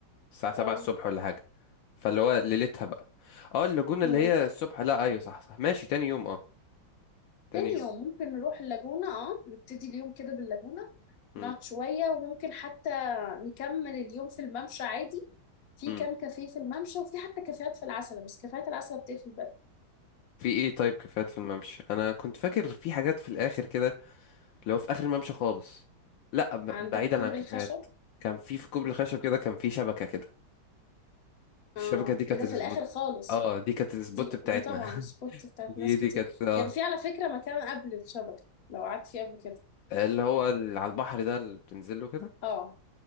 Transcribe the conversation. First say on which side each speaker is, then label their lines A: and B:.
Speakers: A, on the left; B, on the left.
A: الساعة سبعة
B: اه
A: الصبح ولا حاجة فاللي هو ليلتها بقى اه اللاجونة
B: مم.
A: اللي هي الصبح لا ايوه صح صح ماشي تاني يوم اه تاني
B: تاني
A: يوم
B: يوم ممكن نروح اللاجونة اه نبتدي اليوم كده باللاجونة
A: مم.
B: نقعد شوية وممكن حتى نكمل اليوم في الممشى عادي في
A: مم.
B: كام كافيه في الممشى وفي حتى كافيهات في العسل بس كافيهات العسل بتقفل
A: في ايه طيب كافيهات في الممشى انا كنت فاكر في حاجات في الاخر كده اللي هو في اخر الممشى خالص لا ب-
B: عندك
A: بعيدا
B: كوبري
A: عن الكافيهات
B: الخشب
A: كان في في كوبري الخشب كده كان في شبكة كده الشبكة
B: اه
A: دي كانت
B: ايه ده
A: السبوت
B: في الاخر خالص
A: اه دي كانت السبوت
B: دي
A: بتاعتنا
B: دي طبعا
A: <laughs>
B: سبوت بتاعت
A: دي
B: ناس
A: دي
B: كتير
A: كانت اه
B: كان في على فكرة مكان قبل الشبكة لو قعدت فيه قبل كده
A: اللي هو اللي على البحر ده اللي بتنزله كده
B: اه